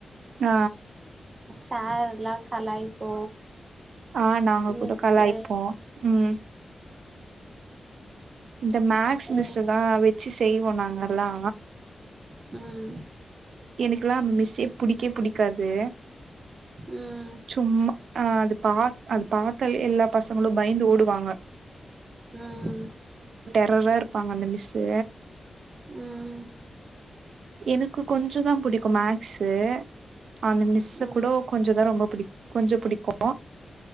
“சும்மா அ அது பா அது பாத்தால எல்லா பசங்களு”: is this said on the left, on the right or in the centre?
Right